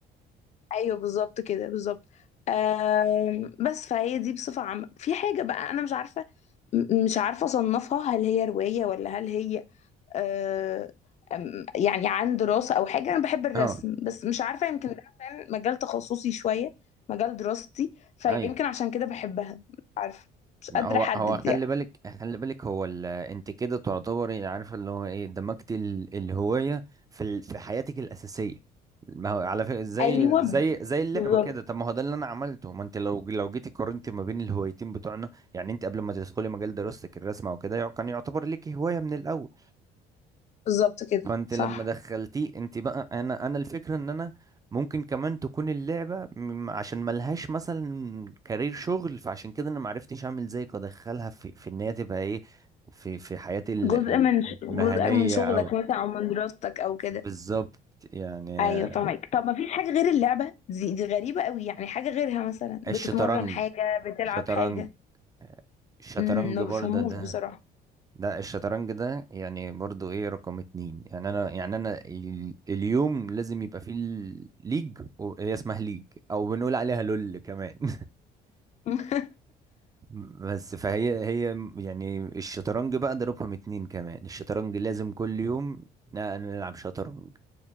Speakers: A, on the left (about 40°); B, on the right (about 20°).
A: ايوه بالظبط كده بالظبط آم، بس فهي دي بصفه عامه في حاجه بقى انا مش عارفه م- مش عارفه اصنفها هل هي روايه ولا هل هي آه، أم- يعني عن دراسة أو حاجة أنا بحب الرسم
B: اه
A: بس مش عارفة يمكن ده عشان مجال تخصصي شوية مجال دراستي فيمكن
B: ايوه
A: عشان كده بحبها مش عارفة مش
B: لا،
A: قادرة
B: هو
A: أحدد
B: هو خلي
A: يعني
B: بالك خلي بالك هو ال... انت كده تعتبري عارفه اللي هو ايه دمجت ال... الهوايه في ال... في حياتك الاساسيه ما هو على فكره زي
A: ايوه
B: زي زي اللعبه
A: بالظبط
B: كده طب ما هو ده اللي انا عملته ما انت لو لو جيتي قارنتي ما بين الهوايتين بتوعنا يعني انت قبل ما تدخلي مجال دراستك الرسم او كده يع- كان يعتبر ليكي هوايه من الاول
A: بالظبط كده
B: فانت
A: صح
B: لما دخلتيه انت بقى انا انا الفكره ان انا ممكن كمان تكون اللعبه م- عشان ملهاش مثلا كارير شغل فعشان كده انا معرفتش اعمل زيك وادخلها في في ان هي تبقى ايه في في حياتي ال-
A: جزء
B: ال-
A: من ش...
B: المهنيه
A: جزء من شغلك
B: او
A: مثلا أو من دراستك أو كده
B: بالظبط يعني آه،
A: أيوة فاهمك طب ما فيش حاجة غير اللعبة دي دي غريبة قوي يعني حاجة غيرها مثلا
B: الشطرنج
A: بتتمرن حاجة بتلعب
B: شطرنج
A: حاجة
B: آه، الشطرنج
A: امم ما
B: برضه
A: بفهموش
B: ده
A: بصراحة
B: لا الشطرنج ده يعني برضو ايه رقم اتنين يعني انا يعني انا ال- اليوم لازم يبقى فيه ال- ليج و- هي اسمها ليج او بنقول عليها لول كمان <laughs>
A: مم. <laughs>
B: بس فهي هي م- يعني الشطرنج بقى ده رقم اتنين كمان الشطرنج لازم كل يوم ن- نلعب شطرنج